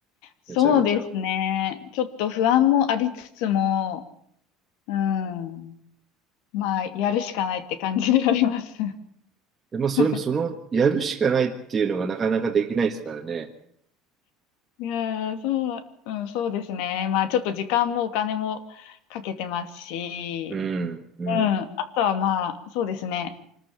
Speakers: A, on the left (about 70°); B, on the right (about 20°).
A: そうですね。
B: めちゃめちゃ。
A: ちょっと不安もありつつも、うん。まあ、やるしかないって感じであります。
B: で、まあ、それもその、
A: <laughs>
B: やるしかないっていうのがなかなかできないですからね。
A: いやー、そう、うん、そうですね。まあ、ちょっと時間もお金もかけてますし、
B: うん、うん。
A: うん。あとはまあ、そうですね。